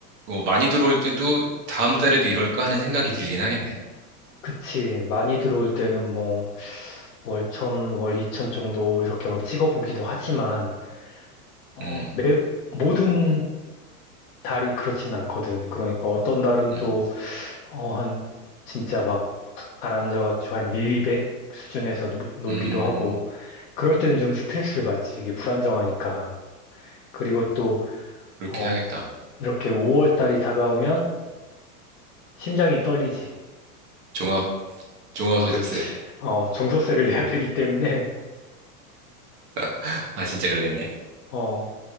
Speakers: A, on the right; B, on the left.
A: 어, 많이 들어올 때도 다음 달에도 이럴까 하는 생각이 들긴 하겠네.
B: 그치, 많이 들어올 때는 뭐, 월천, 월이천 정도 이렇게 막 찍어보기도 하지만, 어,
A: 음,
B: 매, 모든 달이 그렇진 않거든. 그러니까 어떤 달은
A: 음,
B: 또, 어, 한, 진짜 막 푹 가라앉아가지고 한 1, 200 수준에서 노- 놀기도
A: 음,
B: 하고, 그럴 때는 좀 스트레스를 받지. 이게 불안정하니까. 그리고 또,
A: 그렇긴
B: 어,
A: 하겠다.
B: 이렇게 5월 달이 다가오면 심장이 떨리지.
A: 종합, 종합소득세.
B: 그렇지. 어, 종소세를 <laughs> 내야 되기 때문에,
A: <laughs> 아, 진짜 그러겠네.
B: 어,